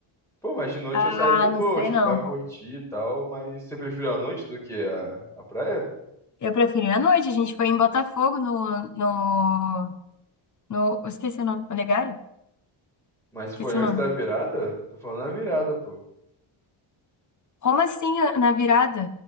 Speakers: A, in the centre; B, on the left.
A: Pô, mas de noite
B: Ah,
A: eu saí de
B: não
A: boa,
B: sei
A: tipo,
B: não.
A: pra curtir e tal, mas você preferiu a noite do que a, a praia?
B: Eu preferi a noite. A gente foi em Botafogo no, no, no... eu Esqueci o nome. Olegário?
A: Mas
B: Esqueci
A: foi
B: o
A: antes
B: nome.
A: da virada? Tô falando na virada, pô.
B: Como assim a- na virada?